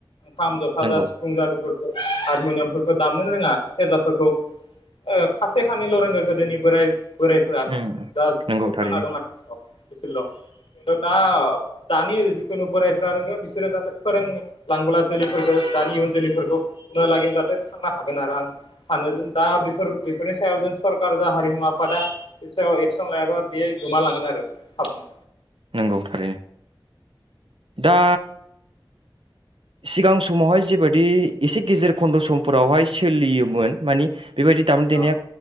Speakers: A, on the left; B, on the right.
A: खाम, जथा
B: नंगौ
A: जा सिफुं जा बेफोर हारमुनियामफोरखौ दामनोनो रोङा सेरजाफोरखौ ओ खासे खानैल' रोङो गोदोनि बोराय बोरायफोरा
B: उम
A: दा <unintelligible>
B: नंगौ थारैनो
A: थांना दं आरो <unintelligible> बिसोरल' दा दानि जिखुनु बोरायफ्रा रोंगौ बिसोरो जाहाथे फोरोंलांबोला जोलैफोरखौ दानि इयुन जोलैफोरखौ उनहालागि जाहाथे थांना थागोन आरो आं सानो जों दा बेफोर बेफोरनि सायाव जों सरकार जा हारिमु आफादा बेनि सायाव एक्सन लायाबा बे गोमालांगोन आरो थाबनो
B: नोंगौ थारैनो। दा सिगां समावहाय जिबायदि एसे गेजेर खन्द' समफोरावहाय सोलियोमोन मानि बेबायदि दामनाय देनाया
A: अ